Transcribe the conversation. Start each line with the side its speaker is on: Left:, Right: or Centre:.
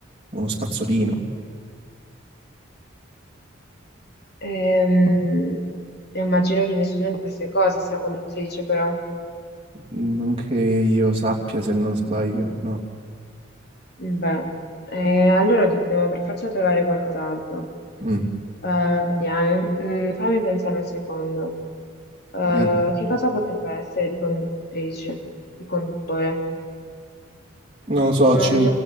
Right: uno spazzolino.
Left: ehm, immagino che nessuna di queste cose sia conduttrice, però.
Right: Non che io sappia, se non sbaglio, no.
Left: mm, Beh, eh, allora dobbiamo per forza trovare qualcos'altro.
Right: Mm.
Left: Eh, vediamo, Mm, fammi pensare un secondo. Eh,
Right: Eh,
Left: che cosa potrebbe essere di conduttrice, di conduttore?
Right: non lo so,
Left: Non,
Right: ci-